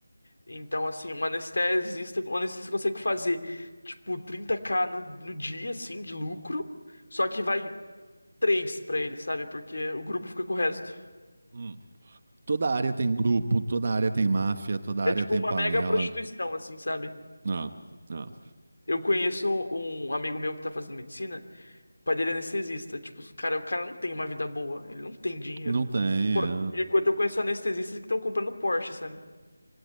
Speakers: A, on the left (about 75°); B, on the right (about 25°).
A: Então, assim, um anestesista, um anestesista consegue fazer, tipo, 30k no, no dia, assim, de lucro, só que vai três pra ele, sabe? Porque o grupo fica com o resto.
B: Hum. Toda área tem grupo, toda área tem máfia, toda
A: É
B: área
A: tipo
B: tem
A: uma
B: panela.
A: mega prostituição, assim, sabe?
B: Não, não.
A: Eu conheço um amigo meu que tá fazendo medicina, O pai dele é anestesista. Tipo, o cara, o cara não tem uma vida boa. Ele não tem dinheiro.
B: Não tem,
A: Pô,
B: é.
A: Enquanto eu conheço anestesistas que estão comprando Porsche, sabe?